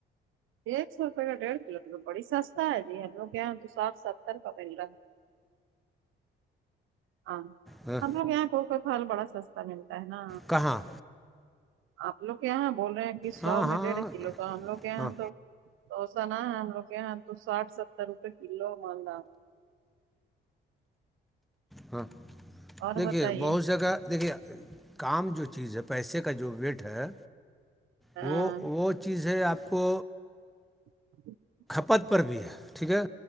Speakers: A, on the right; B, in the centre.
A: ایک سو روپے کا ڈیھ کلو تو بڑی سستا ہے جی ہم لوگ کے یہاں تو ساٹھ ستر کا مل رہا ہے ہاں
B: ہاں
A: ہم لوگ یہاں کوکا کھال بڑا سستا ملتا ہے نا
B: کہاں
A: آپ لوگ کے یہاں بول رہے ہیں کہ سو
B: ہاں ہاں
A: میں ڈیڑھ کلو تو ہم لوگ کے یہاں
B: ہاں
A: تو تووسا نہ ہے ہم لوگ کے یہاں تو ساٹھ ستر روپئے کلو مالدا
B: ہاں
A: اور
B: دیکھیے
A: بتائیے
B: بہت جگہ دیکھیے کام جو چیز ہے پیسے کا جو ویٹ ہے
A: ہاں
B: وہ وہ چیز ہے آپ کو
A: ج
B: پد پر بھی ہے ٹھیک ہے